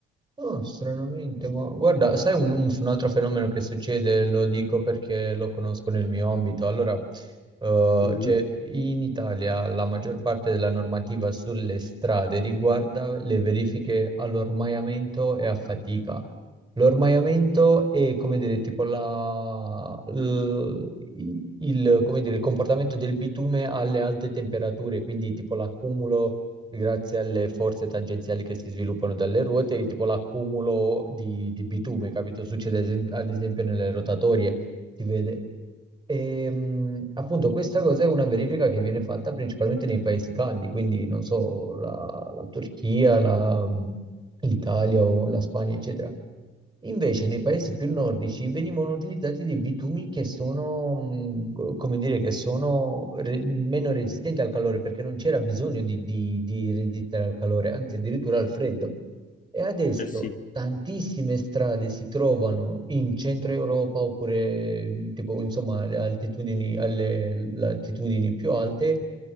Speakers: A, on the right; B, on the left.
A: Oh, stranamente, ma guarda, sai un, un- un altro fenomeno che succede, lo dico perché lo conosco nel mio ambito. Allora, eh,
B: Mhm.
A: cioè, in Italia la maggior parte della normativa sulle strade riguarda le verifiche all'ormaiamento e a fatica. L'ormaiamento è, come dire, tipo la- l- il, il- come dire, il comportamento del bitume alle alte temperature, quindi tipo l'accumulo grazie alle forze tangenziali che si sviluppano dalle ruote, e tipo l'accumulo di, di bitume, capito? Succede ad esem- ad esempio nelle rotatorie, si vede. E, mh, appunto questa cosa è una verifica che viene fatta principalmente nei paesi caldi, quindi non so, la, la Turchia, la- l'Italia o la Spagna, eccetera. Invece nei paesi più nordici venivano utilizzati dei bitumi che sono, mh, go- come dire, che sono re- meno resistenti al calore perché non c'era bisogno di, di- di resistere al calore, anzi addirittura al freddo. E adesso
B: Eh sì.
A: tantissime strade si trovano in centro Europa oppure tipo, insomma, alle altitudini, alle le altitudini più alte